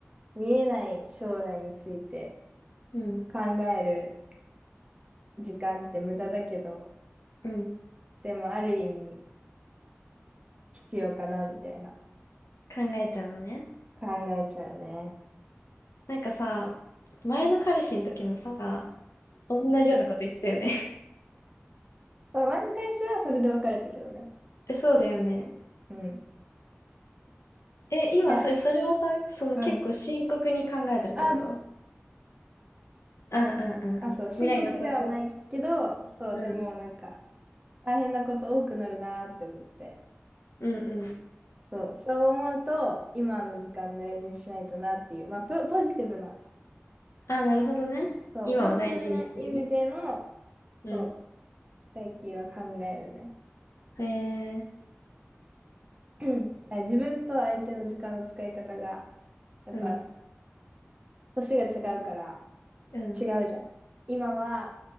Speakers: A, on the right; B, on the left.
A: 見えない将来について
B: ん、うん。
A: 考える時間って無駄だけど、
B: うん、うん。
A: でもある意味必要かな、みたいな
B: 考えちゃうのね。
A: 考えちゃうね。
B: なんかさ、前の彼氏の時もさ、同じようなこと言ってたよね。<laughs>
A: まあ、前に彼氏はそれで別れたけどね。
B: え、そうだよね。
A: うん。
B: え、今、
A: いや、
B: それ、それはさ、その結構深刻に考えてるってことうん
A: うん。あ、
B: うんうん
A: あ、
B: うん。
A: そう、深刻ではないけど、
B: 未来のこと。
A: そう、
B: うん。
A: でもなんか、大変なこと多くなるなーって思って。
B: うんうん。
A: そう、そう思うと、今の時間大事にしないとなっていう、まあ、ポ、ポジティブな、
B: あ、なるほどね。
A: そう、
B: 今を大事にっていうね。
A: ポジティブな意味での、
B: うん。
A: そう、最近は考えるね。
B: へえ。
A: <clears throat> だから自分と相手の時間の使い方が、やっぱ、
B: うん。
A: 年が違うから
B: うん。
A: 違うじゃん。今は、